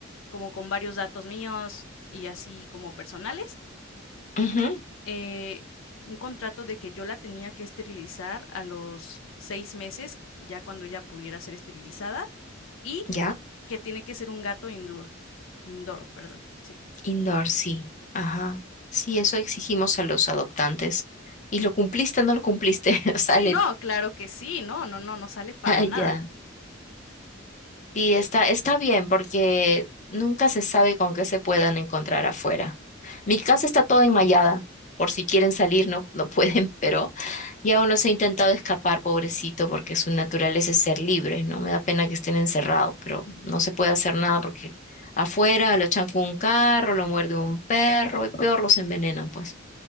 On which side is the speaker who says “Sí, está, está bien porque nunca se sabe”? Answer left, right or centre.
Left